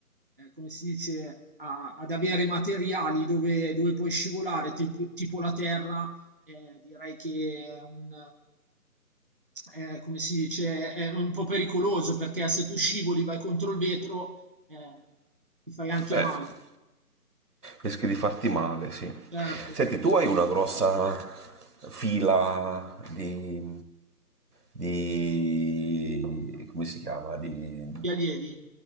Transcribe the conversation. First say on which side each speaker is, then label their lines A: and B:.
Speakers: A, on the right (about 35°); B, on the right (about 75°).
A: eh, come si dice, a- ad avere materiali dove, dove puoi scivolare, tip- tipo la terra, eh, direi che è un, eh, come si dice, è un po' pericoloso perché se tu scivoli vai contro il vetro eh, ti fai anche
B: Eh,
A: male,
B: rischi di farti male, sì.
A: certo.
B: Senti, tu hai una grossa fila di, di come si chiama? Di,
A: Gli allievi?